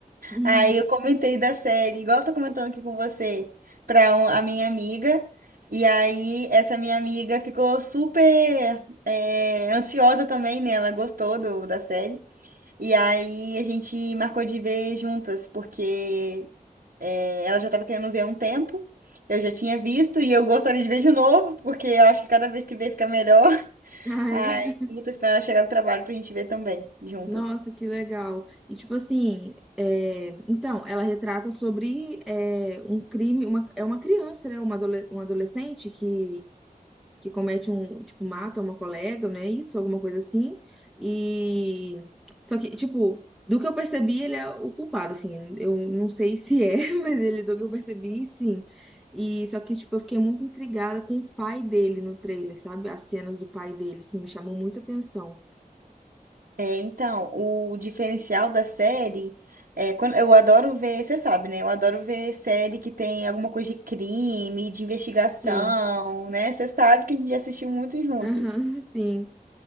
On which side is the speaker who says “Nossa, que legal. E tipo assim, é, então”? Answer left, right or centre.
Centre